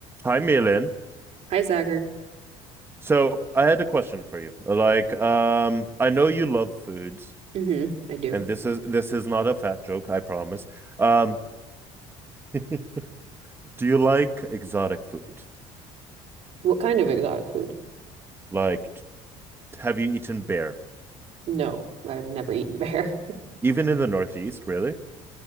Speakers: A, on the right; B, on the right.
A: Hi, Milan.
B: Hi, Zagger.
A: So I had a question for you. Like, um, I know you love foods,
B: hmm I do.
A: and
B: <laughs>
A: this is this is not a fat joke, I promise. Um, <laughs> do you like exotic food?
B: What kind of exotic food?
A: Like, t- have you eaten bear?
B: No, I've never eaten bear. <laughs>
A: Even in the Northeast, really?